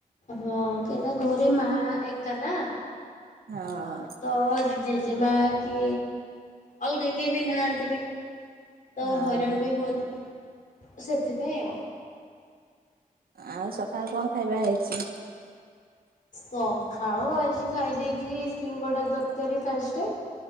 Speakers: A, on the left; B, on the right.
A: ହଁ କାଇଁନା ଘରେ ମା ଏକ ନା।
B: ହଁ
A: ଆ ତ ଜେଜେମା କି ଅଲଗା କେହି ବି ନାହାଁନ୍ତି ବି ତ
B: ହଁ
A: ହଇରାଣ ବି ହୁଅନ୍ତି। ସେଥିପାଇଁ ଆଉ।
B: ଆଉ ସକାଳୁ କଣ ଖାଇବା ହେଇଚି?
A: ସଖାଳୁ ଆଜି ଖାଇ ଦେଇଥିଲି ସିଙ୍ଗଡା ଦରକାରୀ ଫାଷ୍ଟେ।